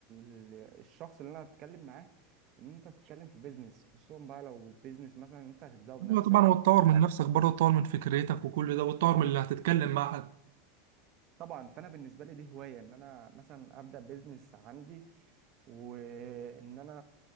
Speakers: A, on the right; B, on the right.
A: ال... الشخص اللي انا هتكلم معاه ان انت تتكلم في بيزنس خصوصا بقى لو بيزنس مثلا انت هتبداه بنفسك
B: أيوة طبعا وتطور من نفسك برضه تطور من فكرتك وكل ده وتطور من اللي هتتكلم مع حد
A: طبعا فانا بالنسبه لي دي هوايه ان انا مثلا ابدا بيزنس عندي وان انا